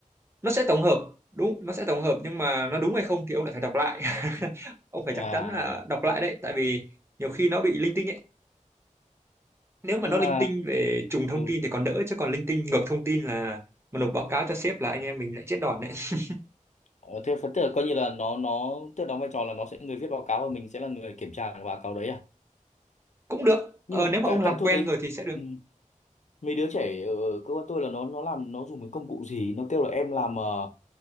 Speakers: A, on the right; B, on the left.
A: nó sẽ tổng hợp đúng nó sẽ tổng hợp nhưng mà nó đúng hay không thì ông lại phải đọc lại <laughs> ông phải
B: à
A: chắc chắn là đọc lại đấy tại vì nhiều khi nó bị linh tinh ấy nếu mà
B: nhưng
A: nó linh
B: mà
A: tinh về trùng thông
B: ừ.
A: tin thì còn đỡ chứ còn linh tinh ngược thông tin là mà nộp báo cáo cho sếp là anh em mình lại chết đòn đấy <laughs>
B: ờ, thế phần tức coi như là nó nó tức đóng vai trò là nó sẽ người viết báo cáo và mình sẽ là người kiểm tra cái báo cáo đấy à
A: cũng được
B: nhưng
A: ờ,
B: mà
A: nếu mà
B: tại
A: ông làm
B: tại tôi
A: quen
B: thấy
A: rồi thì sẽ được
B: ừ, mấy đứa trẻ ở ở cơ quan tôi là nó nó làm nó dùng cái công cụ gì nó kêu là em làm ờ,